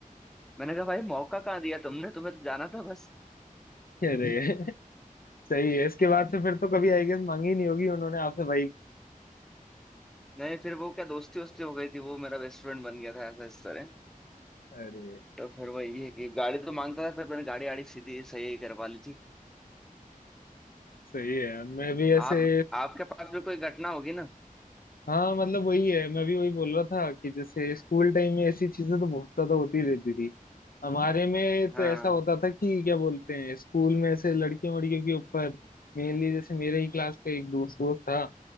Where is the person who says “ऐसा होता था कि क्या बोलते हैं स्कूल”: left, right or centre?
Left